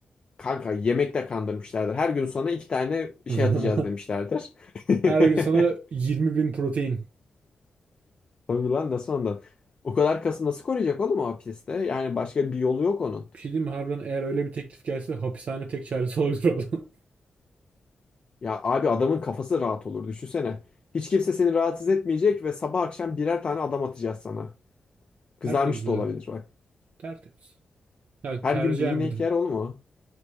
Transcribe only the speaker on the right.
<laughs>
Her gün sana 20 bin protein.
Bir şey diyeyim mi? Harbiden eğer öyle bir teklif gelse hapishane tek çaresi olabilir oğlum. <laughs>
Tertemiz
abi.
Tertemiz. Yani
tercihen
bir de.